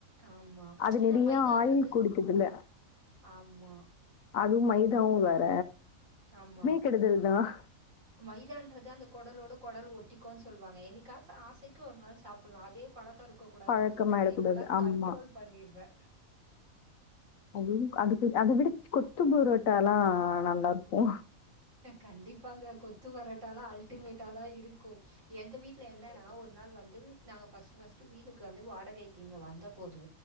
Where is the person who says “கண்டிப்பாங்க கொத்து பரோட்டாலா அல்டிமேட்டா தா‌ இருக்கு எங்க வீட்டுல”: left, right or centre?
Right